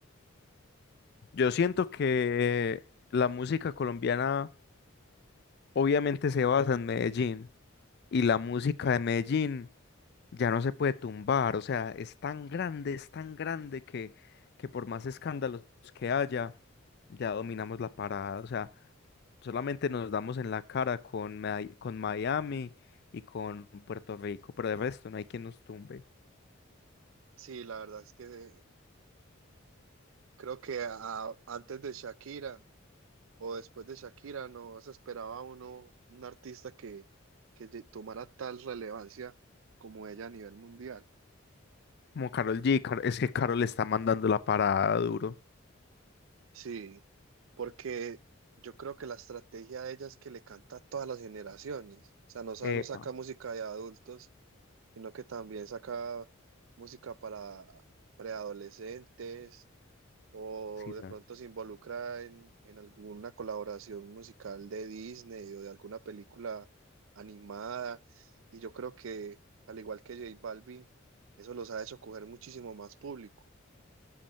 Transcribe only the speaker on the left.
Yo siento que la música colombiana obviamente se basa en Medellín y la música de Medellín ya no se puede tumbar, o sea, es tan grande, es tan grande que, que por más escándalos que haya, ya dominamos la parada, o sea, solamente nos damos en la cara con, Mi- con Miami y con Puerto Rico, pero de resto no hay quien nos tumbe.
Como Karol G, Kar- es que Karol está mandando la parada duro.
Epa,
sí,